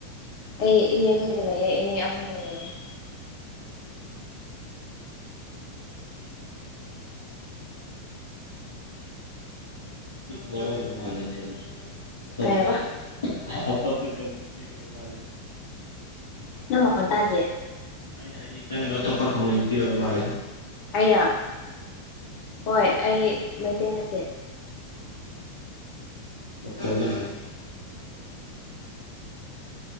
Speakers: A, on the left; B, on the left.
A: ꯑꯦ ꯏꯅꯦ ꯍꯒꯦ ꯏꯅꯦ ꯑꯍꯨꯝꯒ ꯂꯩꯦ
B: ꯅꯋꯥꯃꯦ ꯀꯔꯤ ꯇꯄ
A: ꯀꯩ ꯍꯥꯏꯕ
B: ꯑꯇꯣꯞꯄ ꯀꯃꯨꯅꯤꯇꯤ ꯑꯣꯏꯕ ꯃꯥ
A: ꯅꯪꯃ ꯃꯈꯣꯟ ꯇꯒꯤꯦ
B: ꯍꯥꯏ ꯆꯪ ꯊꯞꯄꯛ ꯀ ꯃ ꯑꯣꯏ ꯃꯥꯦ
A: ꯍꯥꯏꯔ ꯍꯣꯏ ꯑꯩ ꯃꯩꯇꯩ ꯅꯠꯇꯦ
B: ꯃꯣꯅ